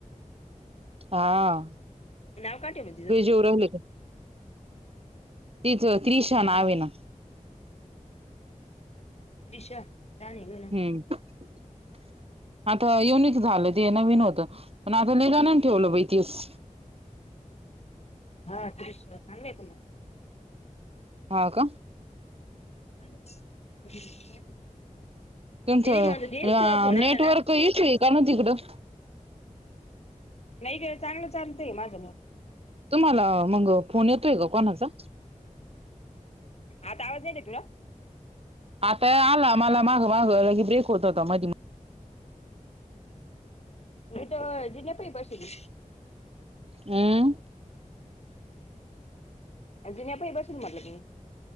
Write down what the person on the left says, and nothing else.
नाव काय ठेवल तिज?
हा
त्रिषा छान ग नाव.
हा कृष्णा चांगल ऐकी नाव.
<inaudible>
दिदी म्हणत होती तुझा
फोन
आला ना?
नाही ग चांगलं चालतंय माझं मोब
आता आवाज येते तुला?
मी तर जिना पाई बैसली.
जीना पाई बसून म्हटलं मी.